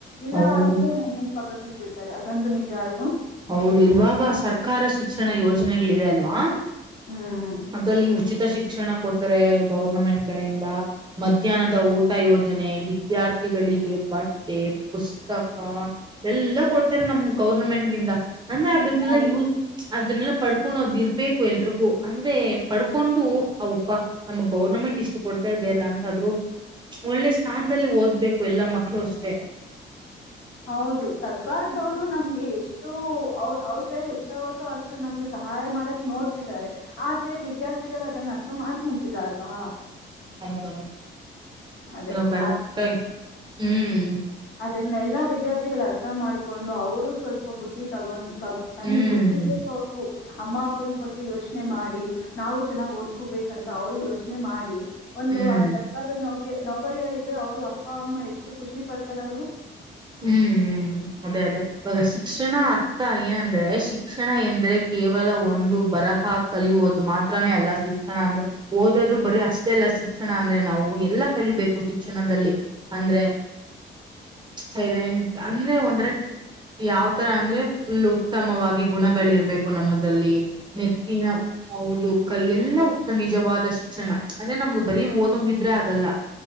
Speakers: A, on the left (about 75°); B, on the right (about 25°).
A: ಇಲ್ಲ
B: ಹೌದು
A: ಅಂದ್ರೆ ನಮ್ಮಂದು ಪಕ್ಕ ಕಿಟ್ಬ ಬಿಡ್ತಾರೆ ಅದೊಂದು ನಿಜ ಅಲ್ವಾ
B: ಹೌದು ಇವಾಗ ಸರ್ಕಾರ ಶಿಕ್ಷಣ ಯೋಜನೆಗಳಿದೆ ಅಲ್ವಾ
A: ಹ್ಮ್
B: ಅದಲ್ಲಿ ಉಚಿತ ಶಿಕ್ಷಣ ಕೊಟ್ಟ ಗೌರ್ಮೆಂಟ್ ಕಡೆಯಿಂದ ಮಧ್ಯಾಹ್ನದ
A: ಹ್ಮ್
B: ಊಟ ಯೋಜ ಜನೆ ವಿದ್ಯಾರ್ಥಿಗಳಿಗೆ ಬಟ್ಟೆ ಪುಸ್ತಕ ಎಲ್ಲ ಕೊಡ್ತಾರೆ ನಮ್ಮ ಗೌರ್ಮೆಂಟ್ ದಿಂದ ಅಂದ ಅಲ್ಲ
A: ಹೌದು
B: ಯೂ ಅದನ್ನೆಲ್ಲ ಪಡ್ಕೊಂಡದ ಇರ್ಬೇಕು ಎಲ್ರಿಗೂ ಅಂದ್ರೆ ಪಡ್ಕೊಂಡು ಅವಪ್ಪ ನಮ್ ಗೌರ್ನಮೆಂಟ್ ಇಷ್ಟು ಕೊಡ್ತಾ ಇದದೆ ಅಲ್ಲ ಅಂತಾದ್ರು ಒಳ್ಳೆ ಸ್ಥಾನದಲ್ಲಿ ಓದ್ಬೇಕು ಎಲ್ಲಾ ಮಕ್ಳು ಅಷ್ಟೆ
A: ಹೌದು ಸರ್ಕಾರದವರು ನಮ್ಗೆ ಎಷ್ಟು ಅವ ಅವ್ರ ಕೈಲಿ ಎಷ್ಟಾಗುತ್ತೋ ಅಷ್ಟು ನಮ್ಗೆ ಸಹಾಯ ಮಾಡಕ್ ನೋಡ್ತಿದ್ದಾರೆ ಆದ್ರೆ ವಿದ್ಯಾರ್ಥಿಗಳು ಅದನ್ನ ಅರ್ಥ ಮಾಡ್ಕೊಂತಲ್ಲ ಅಲ್ವಾ
B: ಹೌದೌದು
A: ಅದೇ
B: ಏನೋ ಕರೆಕ್ಟ್
A: ಅ
B: ಆಗಿ ಹ್ಮ್
A: ಅದೇ ಎಲ್ಲಾ ವಿದ್ಯಾರ್ಥಿ ಅರ್ಥ ಮಾಡ್ಿಕೊಂಡು ಅವರು ಸ್ವಲ್ಪ ಬುದ್ಧಿ ತಗೊಂಡ್ ತಗ ಐ
B: ಹ್ಮ್
A: ಮೀನ್ ಬುದ್ಧಿ ಇರ್ಬೇಕ ಅವು ಅಮ್ಮ ಅಪ್ಪನ ಬಗ್ಗೆ ಯೋಚನೆ ಮಾಡಿ ನಾವು ಚೆನ್ನಾಗ್ ಓದ್ಕೋಬೇಕಂತ ಅವರು ಯೋಚನೆ ಮಾಡಿ ಒಂದು
B: ಹ್ಮ್
A: ಆ ಸರ್ಕಾರದ ನಾವು ನೌಕರಿಯಲ್ಲಿದ್ರೆ ಅವ್ರು ಅಪ್ಪ ಅಮ್ಮ ಎಷ್ಟು ಖುಷಿ ಪಡ್ತಾರಲ್ವಾ
B: ಹ್ಮ್ ಅದೇ ಅದೇ ಇವಾಗ ಶಿಕ್ಷಣ ಅರ್ಥ ಏನಂದ್ರೆ ಶಿಕ್ಷಣ ಎಂದ್ರೆ ಕೇವಲ ಒಂದು ಬರಹ ಕಲಿಯುವೋದು ಮಾತ್ರಾನೇ ಅಲ್ಲ ಶಿಕ್ಷಣ ಅಂದ್ರೆ ಓದೋದು ಬರಿೀ ಅಷ್ಟೇ ಅಲ್ಲ ಶಿಕ್ಷಣ ಅಂದ್ರೆ ನಾವು ಎಲ್ಲಾ ಕಲಿಬೇಕು ಶಿಕ್ಷಣದಲ್ಲಿ ಅಂದ್ರೆ ಸೈಲೆಂಟ್ ಅಂದ್ರೆ ಒಂಥರ ಯಾವತರ ಅಂದ್ರೆ ಫುಲ್ ಉತ್ತಮವಾಗಿ ಗುಣಗಳಿರ್ಬೇಕು ನಮ್ಮಲ್ಲಿ ನೆತ್ತಿನ ಹೌದು ಕಲಿ ಎಲ್ಲ ಇದು ನಿಜವಾದ ಶಿಕ್ಷಣ ಅಂದ್ರೆ ನಮ್ಗೆ ಬರ ಓದೊ್ಿದ್ರೆ ಆಗಲ್ಲ